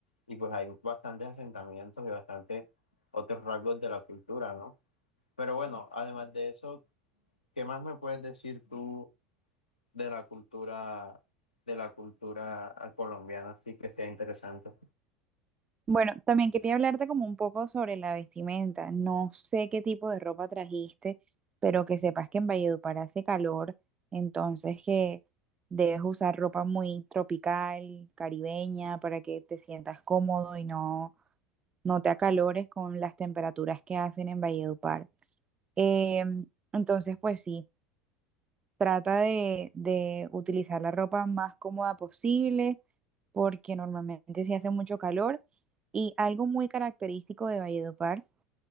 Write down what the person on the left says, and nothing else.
y pues hay bastantes asentamientos y bastante otros rasgos de la cultura, ¿no? Pero bueno, además de eso, ¿qué más me puedes decir tú de la cultura de la cultura colombiana, así que sea interesante.